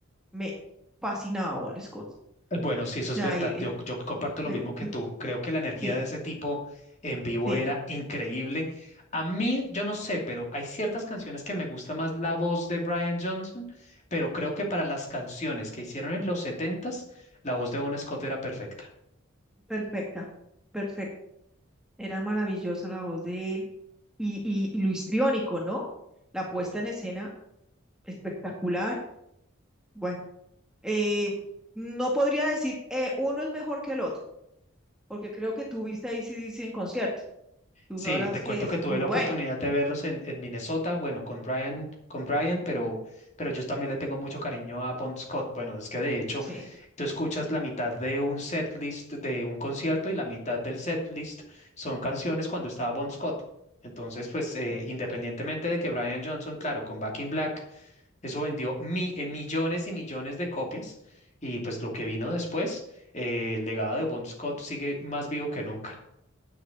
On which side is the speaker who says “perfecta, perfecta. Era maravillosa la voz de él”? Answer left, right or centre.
Centre